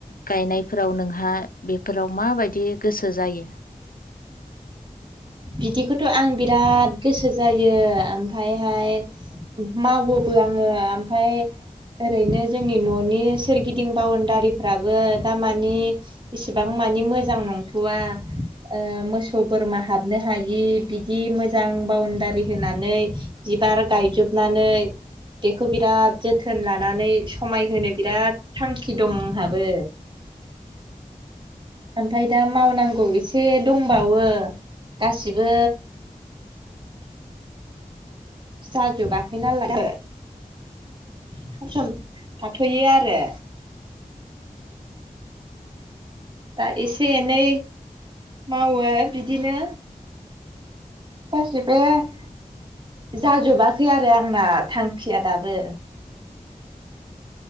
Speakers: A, on the left; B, on the right.
A: गायनायफोराव नोंहा बेफोराव माबायदि गोसो जायो?
B: बिदिखौथ' आं बिराद गोसो जायो ओमफायहाय मावोबो आङो ओमफाय ओरैनो जोंनि न'नि सोरगिदिं बाउणडारिफ्राबो दा मानि इसेबां मानि मोजां नंथ'वा ओ मोसौ बोरमा हाब हाबनो हायि बिदि मोजां बाउणडारि होनानै बिबार गायजोबनानै बेखौ बिराद जोथोन लानानै समायहोनो बिराद थांखि दं आंहाबो ओमफाय दा मावनांगौ एसे दंबावो। गासिबो साजुबाखैना नालाय सम सम थाथ'यो आरो। दा एसे एनै मावो बिदिनो <unintelligible> जाजोबाखै आरो आंना थांखिया दाबो।